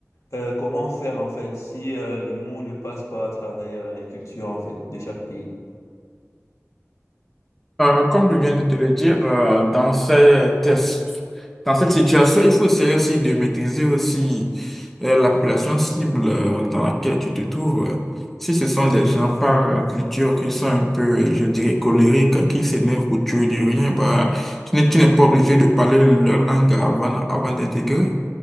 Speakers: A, on the left; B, in the centre.
A: euh, comment faire en fait si euh, l'humour ne passe pas à travers la culture en fait de chaque pays?
B: Euh, comme je viens de te le dire, euh, dans ces tests, dans cette situation, il faut essayer aussi de maîtriser aussi euh, la population cible euh, dans laquelle tu te trouves. Si ce sont des gens par euh, culture qui sont un peu, je dirais, colériques, qui s'énervent pour tuer du rien, bah, tu n'es tu n'es pas obligé de parler leur langue avant, avant d'intégrer.